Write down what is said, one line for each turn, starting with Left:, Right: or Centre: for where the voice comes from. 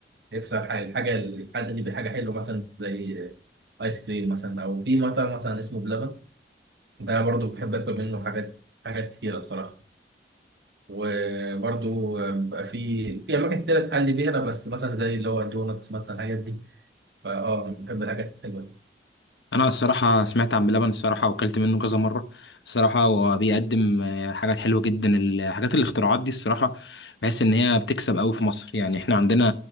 Right: يكسر حاجه الحاجه الحادق دي بحاجه حلوه مثلا زي ايس كريم مثلا او في مطعم مثلا اسمه بلبن ده برضو بحب اكل منه حاجات حاجات كتيره الصراحه وبرضو بقى في في اماكن كتير تحلي بيها أنا بس مثلا زي اللي هو الدونتس مثلا الحاجات دي فاه أه، انا بحب الحاجات الحلوه دي
Left: انا الصراحة سمعت عن بلبن الصراحة وكلت منه كذا مرة الصراحة هو بيقدم آه، حاجات حلوة جدا الحاجات الاختراعات دي الصراحة بحس ان هي بتكسب قوي في مصر يعني احنا عندنا